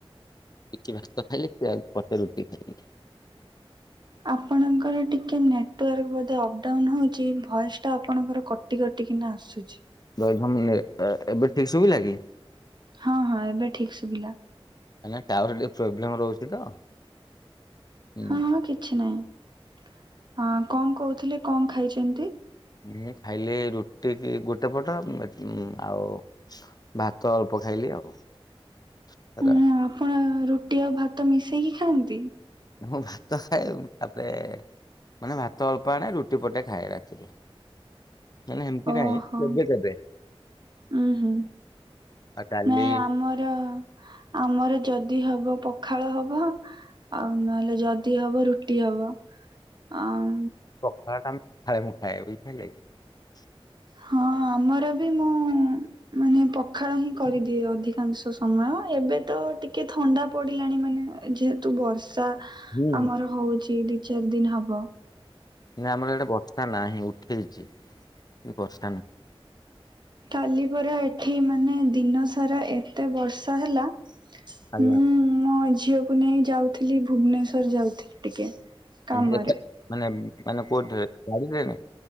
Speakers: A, on the left; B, on the right.
A: ଟିକେ ଭାତ ଖାଇଲି ସେ ଆଉ ପଟେ ରୁଟି ଖାଇଲି। ହଁ <inaudible>
B: ଆପଣଙ୍କର ଟିକେ ନେଟୱାର୍କ ବୋଧେ ଅପଡାଉନ୍ ହଉଛି ଭଏସ୍ ଟା ଆପଣଙ୍କର କ କଟି କଟିକିନା ଆସୁଛି।
A: <unintelligible> ଏବେ ଠିକ ଶୁଭିଲା କି?
B: ହଁ ହଁ ଏବେ ଠିକ ସୁଭିଲା।
A: ଆଜ୍ଞା ଟାୱାର ଟିକେ ପ୍ରୋବ୍ଲେମ ରହୁଛି ତ। ହୁଁ
B: ହଁ ହଁ କିଛି ନାହିଁ। କଣ କହୁଥିଲେ କଣ ଖାଇଛନ୍ତି?
A: ମୁଁ ଖାଇଲି ରୁଟି କି ଗୋଟେ ପଟ ଆଉ ଭାତ ଅଳ୍ପ ଖାଇଲି ଆଉ ହେଲା।
B: ହୁଁ ଆପଣ ରୁଟି ଆଉ ଭାତ ମିଶେଇକି ଖାଆନ୍ତି?
A: ମୁଁ ଭାତ ଖାଏ ଆବେ। ମାନେ ଭାତ ଅଳ୍ପ ଆଣେ ରୁଟି ପଟେ ଖାଏ ରାତିରେ। ନାନା ଏମିତି
B: ଓହୋ।
A: ନାଇଁ କେବେ କେବେ।
B: ଉୁଁ ହୁଁ
A: ଆଉ ଡାଲି
B: ନାଇଁ ଆମର। ଆମର ଯଦି ହବ ପଖାଳ ହବ। ଆଉ ନହେଲେ ଯଦି ହବ ରୁଟି ହବ ଆଉ
A: ପଖାଳ ଟା ମୁଁ ଖାଏ ମୁଁ ଖାଏ ବୁଝିପାରିଲେ କି।
B: ହଁ ଆମର ବି ମୁଁ
A: ହଁ
B: ମାନେ
A: <unintelligible>
B: ପଖାଳ ହିଁ କରିଦିଏ ଅଧିକାଂଶ ସମୟ, ଏବେ ତ ଟିକେ ଥଣ୍ଡା ପଡ଼ିଲାଣି ମାନେ ଯେହେତୁ ବର୍ଷା
A: ହୁଁ
B: ଆମର ହଉଛି ଦି ଚାରି ଦିନ ହବ।
A: ନାଇଁ ଆମର ଆଡେ ବର୍ଷା ନାହିଁ ଉଠେଇଛି କିନ୍ତୁ ବର୍ଷା ନାହିଁ।
B: କାଲି ପରା ଏଠି ମାନେ ଦିନ ସାରା ଏତେ ବର୍ଷା ହେଲା
A: ଆଜ୍ଞା।
B: ମୁଁ ମୋ ଝିଅକୁ ନେଇ ଯାଉଥିଲି ଭୁବନେଶ୍ଵର ଯାଉଥିଲି ଟିକେ କାମରେ
A: ହଁ ଏଟା ମାନେ ମାନେ କୋଉଥିରେ ଗାଡ଼ି ରେ ନା